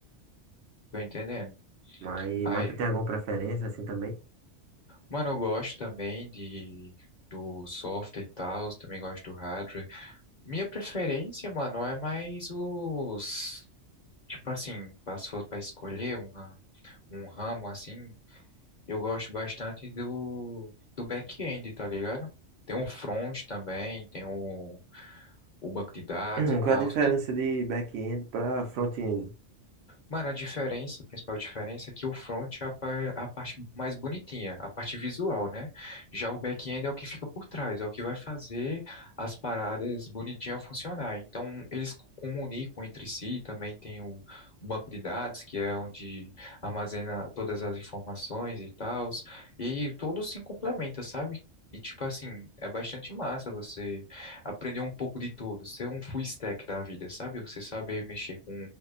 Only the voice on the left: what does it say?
tô entendendo.
Aí,
mano, eu gosto também de do software e tal, também gosto do hardware. Minha preferência, mano, é mais os, tipo assim, se fosse pra escolher uma, um ramo assim, Eu gosto bastante do, do back-end, tá ligado? Tem um front também, tem o, o banco de dados
e tal.
Mano, a diferença, a principal diferença é que o front é a, par- é a parte mais bonitinha, a parte visual, né? Já o back-end é o que fica por trás, é o que vai fazer as paradas bonitinhas funcionar. Então, eles co- comunicam entre si, também tem o, o banco de dados, que é onde armazena todas as informações e tal, e todos se complementam, sabe? E, tipo assim, é bastante massa você aprender um pouco de tudo, ser um full stack da vida, sabe? Você saber mexer com